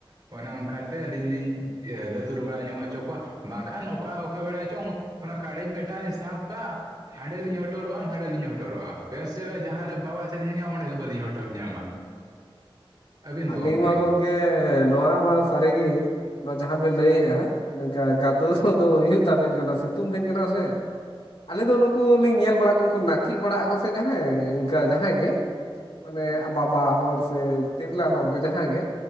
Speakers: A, on the right; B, on the left.
A: ᱚᱱᱮ ᱚᱱᱠᱟᱛᱮ ᱟᱹᱞᱤᱧ ᱤᱭᱟᱹ ᱞᱤᱧ ᱜᱟᱹᱫᱩᱨ ᱵᱟᱲᱟ ᱧᱚᱜ ᱦᱚᱪᱚ ᱠᱚᱣᱟ᱾ ᱵᱟᱝᱠᱷᱟᱱ ᱱᱚᱠᱟ ᱚᱠᱟ ᱵᱮᱲᱟ ᱪᱚᱝ ᱚᱱᱟ ᱠᱟᱲᱮᱡ ᱢᱮᱴᱟᱱ ᱞᱤᱧ ᱥᱟᱵ ᱠᱟᱜ ᱦᱟᱸᱰᱮ ᱞᱤᱧ ᱦᱚᱴᱚᱨᱚᱜᱼᱟ ᱱᱟᱸᱰᱮ ᱞᱤᱧ ᱦᱚᱴᱚᱨᱚᱜᱼᱟ ᱵᱮᱥ ᱪᱮᱨᱦᱟ ᱡᱟᱦᱟᱸ ᱨᱮ ᱵᱟᱵᱟᱫ ᱮᱫ ᱞᱤᱧᱟ ᱚᱸᱰᱮ ᱜᱮ ᱵᱟᱹᱞᱤᱧ ᱦᱚᱴᱚᱨ ᱧᱟᱢᱟ᱾ ᱟᱹᱵᱤᱱ
B: ᱟᱹᱞᱤᱧ
A: ᱫᱚ ᱜᱚᱢᱠᱮ
B: ᱢᱟ ᱜᱚᱝ ᱠᱮ ᱱᱚᱣᱟ ᱢᱟ ᱥᱟᱹᱨᱤᱜᱮ ᱱᱚᱣᱟ ᱡᱟᱦᱟᱸ ᱵᱤᱱ ᱞᱟᱹᱭᱮᱫᱼᱟ ᱱᱮᱝᱠᱟ ᱜᱟᱫᱩᱨᱼᱼ ᱠᱚᱫᱚ ᱦᱩᱭᱩᱜ ᱛᱟᱵᱮᱱ ᱜᱮ ᱚᱱᱟ ᱥᱤᱛᱩᱝ ᱫᱤᱱ ᱠᱟᱱᱟ ᱥᱮ᱾ ᱟᱹᱞᱤᱧ ᱫᱚ ᱱᱩᱠᱩ ᱞᱤᱧ ᱧᱮᱞ ᱵᱟᱲᱟ ᱠᱚ ᱩᱱᱠᱩ ᱱᱟᱹᱠᱤᱡ ᱵᱟᱲᱟᱜ ᱟᱠᱚ ᱥᱮ ᱡᱟᱦᱟᱸᱭ ᱤᱱᱠᱟ ᱡᱟᱦᱟᱸᱭ ᱜᱮ ᱢᱟᱱᱮ ᱟ ᱵᱟᱵᱟ ᱦᱚᱲᱼᱼ ᱥᱮ ᱛᱤᱨᱞᱟᱹ ᱦᱚᱲ ᱜᱮ ᱡᱟᱦᱟᱸᱭ ᱜᱮ